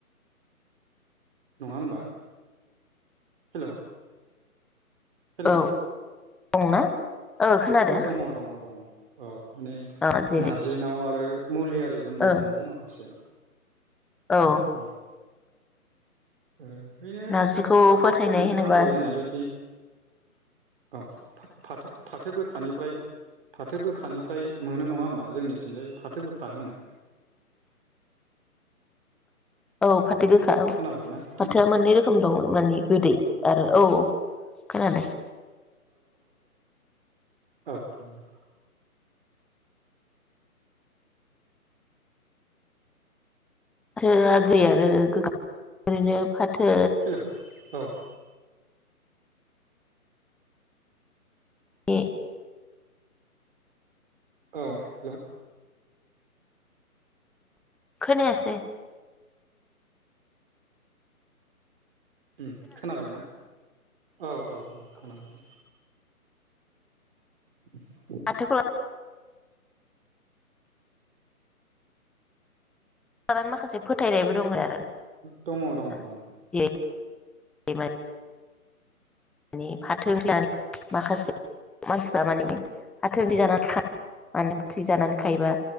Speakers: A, on the right (about 35°); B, in the centre.
A: नङा होमबा हेल' हेल'
B: औ दंना ओ खोनादों
A: दङ दङ दङ औ माने
B: ओ जेरै
A: नारजिनाव आरो मुलिआरि गुनबो
B: ओ
A: दङ माखासे
B: औ
A: उम उम ओै बैनो
B: नारजिखौ
A: फाथो
B: फोथायनाय
A: नोंथाङा
B: होनोबा
A: दावाय होननाय बायदि औ फाथो फाथो गोखानिफ्राय फाथो गोखानिफ्राय मोनो नङा होमबा जोंनिथिंजाय फाथो गोखा होनो
B: औ फा थो गोखा औ
A: खोनाबायना नोंथां
B: फाथोआ मोननै रोखोम दं माने गोदै आरो औ खोनादो
A: उ औ खोनादों
B: फाथोआ गै आरो गो ओरैनो फाथो
A: हेल' औ
B: ए
A: औ हेल'
B: खोनायासै
A: उम खोनाबाय ना? औ औ औ खोनाबाय दे <inaudible>
B: आथोखालाव <unintelligible> माखासे फोथायनायबो दङ आरो
A: दङ दङ
B: <unintelligible>
A: दङ
B: माने फाथो माखासे मानसिफ्रा माने फाथो जानानै माने फाथो जानानै खायोबा